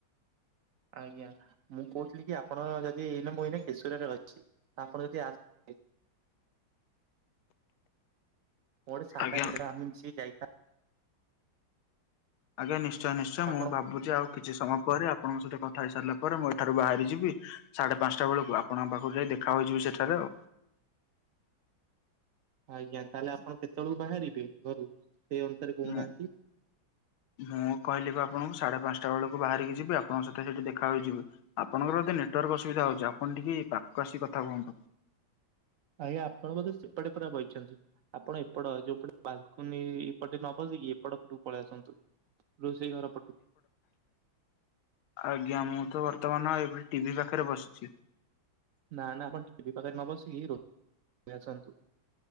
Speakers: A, on the right; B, on the left.
A: ଆଜ୍ଞା, ମୁଁ କହୁଥିଲି କି -ଆପଣ ଯଦି ଏଇନା, ମୁଁ ଏଇନା କେଶୁରାରେ ଅଛି, ଆପଣ ଯଦି ମୋ <unintelligible>
B: ଆଜ୍ଞା। ଆଜ୍ଞା, ନିଶ୍ଚୟ ନିଶ୍ଚୟ, ମୁଁ
A: ଆପଣ
B: ଭାବୁଛି ଆଉ କିଛି ସମୟ ପରେ, ଆପଣଙ୍କ ସହିତ କଥା ହେଇ ସାରିଲା ପରେ, ମୁଁ ଏଠାରୁ ବାହାରି ଯିବି। ସାଢେ଼ ପାଞ୍ଚଟା ବେଳକୁ ଆପଣଙ୍କ ପାଖକୁ ଯାଇ ଦେଖା ହୋଇଯିବି ସେଠାରେ ଆଉ
A: ଆଜ୍ଞା ତାହେଲେ ଆପଣ କେତେବେଳକୁ ବାହାରିବେ ଘରୁ ସେଇ ଅନୁସାରେ କହୁନାହାନ୍ତି।
B: ମୁଁ ମୁଁ କହିଲି ପା ଆପଣଙ୍କୁ ସାଢେ଼ ପାଞ୍ଚଟା ବେଳକୁ ବାହାରିକି ଯିବି ଆପଣଙ୍କ ସହିତ ସେଠି ଦେଖା ହୋଇଯିବ। ଆପଣଙ୍କର ଏତେ ନେଟୱାର୍କ ଅସୁବିଧା ହଉଛି ଆପଣ ଟିକେ ପାଖକୁ ଆସି କଥା ହୁଅନ୍ତୁ।
A: ଆଜ୍ଞା ଆପଣ ବୋଧେ ସେପଟେ ପୁରା ବହିଛନ୍ତି। ଆପଣ ଏପଟ ଯୋଉପଟେ ବାଲକୁନି ଏପଟେ ନ ବସିକି ଏପଟ ପଟକୁ ପଳେଇ ଆସନ୍ତୁ। ରୋଷେଇ ଘର ପଟୁ।
B: ଆଜ୍ଞା ମୁଁ ତ ବର୍ତ୍ତମାନ ଏଇ ଗ-ଟିଭି ପାଖରେ ବସିଛି।
A: ନା ନା ଆପଣ ଟିଭି ପାଖେରେ ନ ବସିକି ରୋ- ଆସନ୍ତୁ।